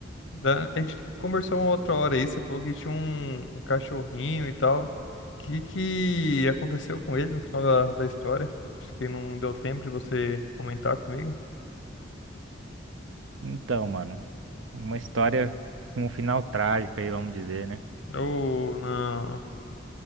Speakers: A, on the left; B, on the right.
A: da- A gente conversou uma outra hora aí, você falou que tinha um, um cachorrinho e tal. O que que aconteceu com ele no final da, da história? Acho que não deu tempo de você comentar comigo.
B: Então, mano, uma história com um final trágico aí, vamos dizer, né?
A: Ou não?